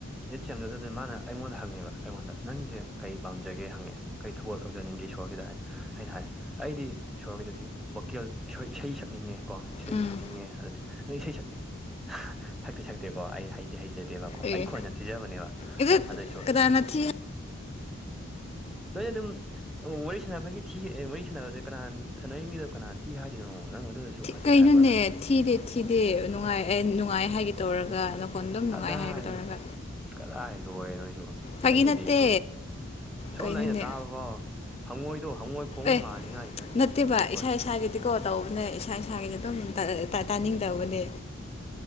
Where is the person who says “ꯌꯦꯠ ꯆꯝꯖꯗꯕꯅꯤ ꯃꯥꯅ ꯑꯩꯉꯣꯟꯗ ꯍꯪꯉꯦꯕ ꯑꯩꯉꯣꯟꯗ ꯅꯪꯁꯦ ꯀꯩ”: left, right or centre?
Centre